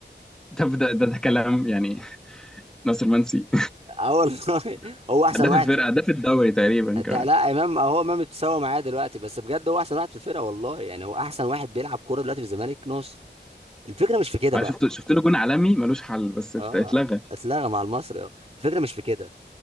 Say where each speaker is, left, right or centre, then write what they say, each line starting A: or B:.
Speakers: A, in the centre; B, on the right.
A: ده ده ده ده كلام يعني <laughs> ناصر منسي
B: <laughs> اه والله
A: <laughs>
B: هو احسن
A: هداف
B: واحد
A: الفرقة هداف الدوري تقريبا
B: ده
A: كمان
B: لا امام هو امام اتساوى معايا دلوقتي بس بجد هو احسن واحد في الفرقه والله يعني هو احسن واحد بيلعب كوره دلوقتي في الزمالك ناصر الفكره مش في كده
A: انا
B: بقى
A: شفت شفت له جون عالمي ملوش حل بس ات-
B: اه
A: اتلغى
B: اتلغى مع المصري اه الفكره مش في كده